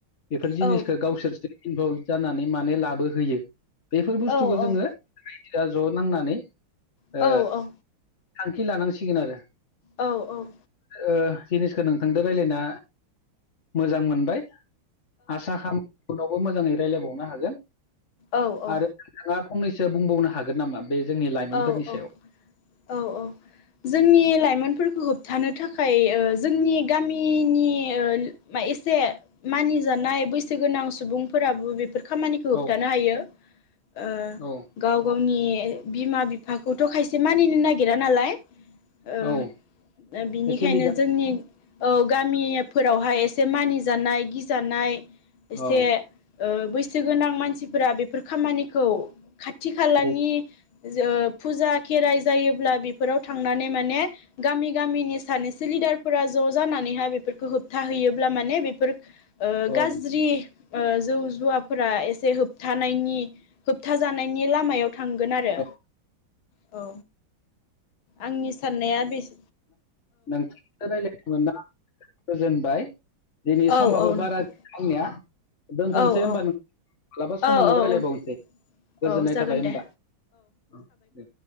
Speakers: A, on the left; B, on the left.
A: बेफोर जिनिसखौ
B: औ
A: गावसोरसो इनभल्भ जानानै माने लाबोहोयो बेफोर
B: औ
A: बुस्थुखौ
B: औ औ
A: जोङो रायजोआ ज' नांनानै
B: औ
A: ओ
B: औ
A: थांखि लानांसिगोन आरो
B: औ औ
A: ओ जिनिसखौ नोंथांदो रायलायना मोजां मोनबाय आसा खालाम उनावबो मोजाङै रायलायबावनो हागोन
B: औ औ
A: आरो नोंथाङा फंनैसो बुंबावनो हागोन नामा बे जोंनि लाइमोनफोरनि
B: औ औ
A: सायाव
B: औ औ जोंनि लाइमोनफोरखौ होब थानो थाखाय ओ जोंनि गामिनि ओ मा एसे मानिजानाय बैसो गोनां सुबुंफोराबो बेफो खामानिखौ होबथानो
A: औ
B: हायो ओ
A: औ
B: गाव गावनि बिमा बिफाखौथ' खायसे मानिनो नागिरा नालाय ओ
A: औ
B: ओ बिनिखायनो
A: एसे लिडार
B: जोंनि औ गामि फोरावहाय एसे मानिजानाय गिजानाय एसे
A: औ
B: ओ बैसो गोनां मानसिफोरा बेफोर खामानिखौ खाथि खालानि
A: औ
B: जो फुजा खेराइ जायोब्ला बेफोराव थांनानै माने गामि गामिनि सानैसो लिडारफोरा ज' जानानैहाय बेफोरखौ होबथााहैयोब्ला माने बेफोर ओ
A: औ
B: गाज्रि ओ जौ जुवाफोरा एसे होबथानायनि होबथाजानायनि लामायाव थांगोन आरो
A: औ
B: औ आंनि साननाया बेस
A: नोंथां रायलायनो मोनना गोजोनबाय दिनै
B: औ
A: समाबो
B: औ नोंथां
A: बारा <unintelligible> आंनिया दोनथ'नोसै
B: औ
A: होमबा
B: औ
A: नो मालाबा सम
B: औ
A: मोनोबा
B: औ
A: रायलायबावनोसै गोजोननाय
B: औ जागोन
A: थाबाय होमबा
B: दे
A: औ दे